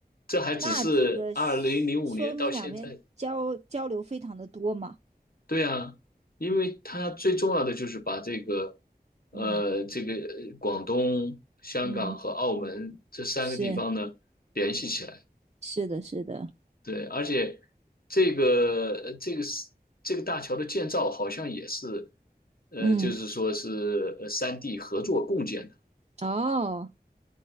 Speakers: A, on the left; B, on the right.
A: 这还只是二零零五年到现在，
B: 那这个是说明两边交交流非常的多嘛，
A: 对啊，因为它最重要的就是把这个，呃，
B: 嗯
A: 这个广东、香港和澳门这三个地方呢联系起来，
B: 嗯，是是的，是的，
A: 对，而且这个这个这个大桥的建造好像也是，呃，
B: 嗯，
A: 就是说是呃三地合作共建的，
B: 哦，